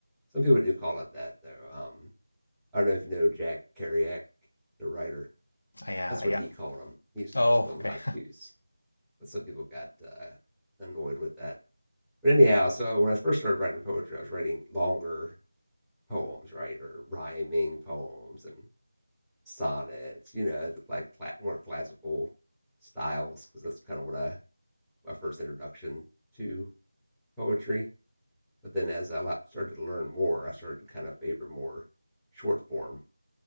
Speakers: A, in the centre; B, on the left (about 45°).
A: Some people do call it that though. Um, I don't know if you know Jack Kerouac, the writer.
B: Yeah,
A: That's what
B: yeah.
A: he called them. He used
B: Oh,
A: to always call them
B: okay.
A: haikus, but some people got uh, annoyed with that. But anyhow, so when I first started writing poetry, I was writing longer poems, right, or rhyming poems and sonnets. You know, like more classical styles, because that's kind of what I my first introduction to poetry. But then as I started to learn more, I started to kind of favor more short form